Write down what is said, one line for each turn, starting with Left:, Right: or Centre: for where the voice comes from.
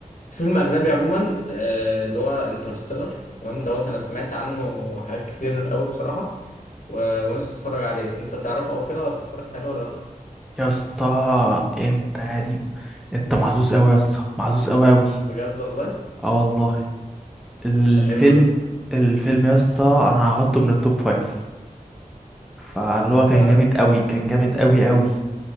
Left: فيلم اجنبي عموما آه اللي هو انترستيلر تمام دوت انا سمعت عنه حاجات كتير قوي بصراحه و- ونفسي اتفرج عليه انت تعرفه او كده ولا اتفرجت عليه ولا لا
Centre: يا اسطى انت يا دي انت محظوظ قوي يا اسطى محظوظ قوي قوي
Left: بجد والله
Centre: اه والله الفيلم
Left: ده حلو ده
Centre: الفيلم يا اسطى انا هحطه من التوب فايف فاللي هو كان
Left: ده
Centre: جامد قوي كان جامد قوي قوي